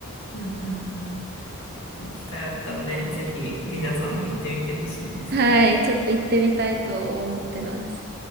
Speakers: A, on the left; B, on the right.
A: うんうんうん。でも機会あったらね、ぜひ、リナさんも行ってみてほしいです。
B: はい、ちょっと行ってみたいと思ってます。